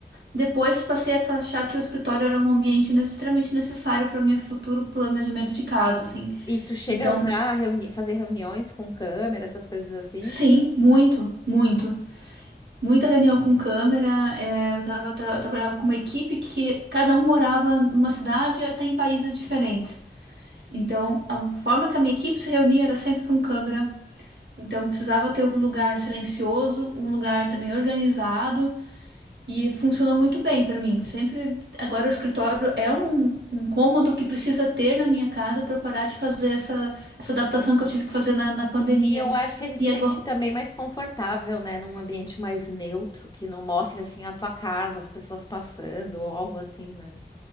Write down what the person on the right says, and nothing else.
depois passei a achar que o escritório era um ambiente extremamente necessário para o meu futuro planejamento de casa, assim.
Então,
sim, muito, muito. Muita reunião com câmera, é, eu tava, tra- eu trabalhava com uma equipe que cada um morava numa cidade e até em países diferentes. Então, a forma que a minha equipe se reunia era sempre com câmera. Então, precisava ter um lugar silencioso, um lugar também organizado e funcionou muito bem para mim. Sempre, agora o escritório é um, um cômodo que precisa ter na minha casa para parar de fazer essa, essa adaptação que eu tive que fazer na, na pandemia.
E
agora,